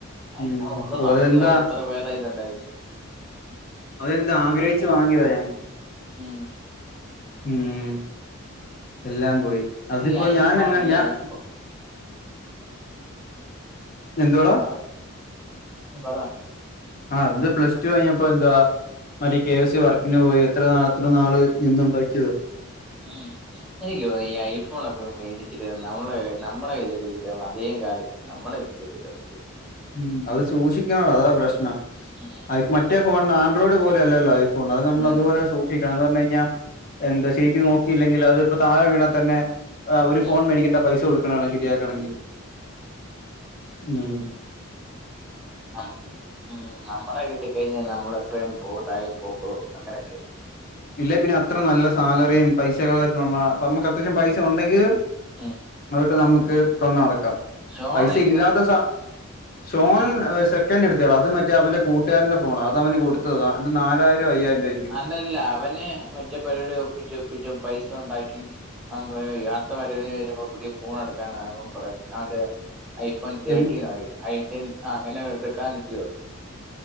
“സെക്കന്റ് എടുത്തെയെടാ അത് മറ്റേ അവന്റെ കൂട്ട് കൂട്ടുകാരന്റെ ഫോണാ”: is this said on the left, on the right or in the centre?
Left